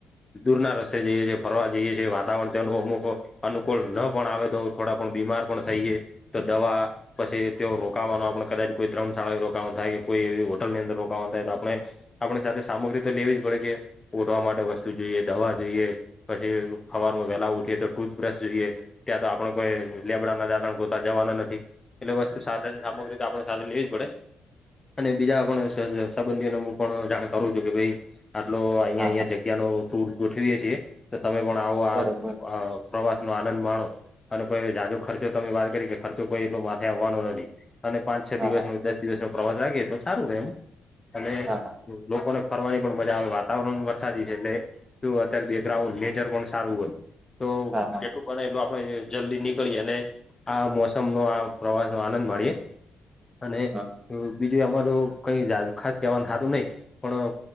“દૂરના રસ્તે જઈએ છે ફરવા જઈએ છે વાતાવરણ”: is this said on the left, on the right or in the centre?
Left